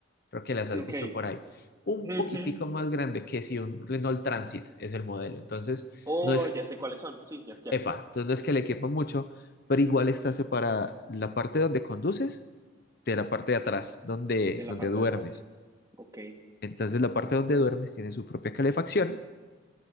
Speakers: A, on the left; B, on the right.
A: Creo que las has
B: ok.
A: visto por ahí. Un
B: Ujú.
A: poquitico más grande que si un Renault Transit es el modelo. Entonces,
B: Oh,
A: no es
B: ya sé cuáles son. Sí, ya, ya.
A: Epa, entonces no es que le quepa mucho, pero igual está separada la parte donde conduces de la parte de atrás, donde,
B: De la
A: donde
B: parte
A: duermes.
B: de atrás. Ok.
A: Entonces la parte donde duermes tiene su propia calefacción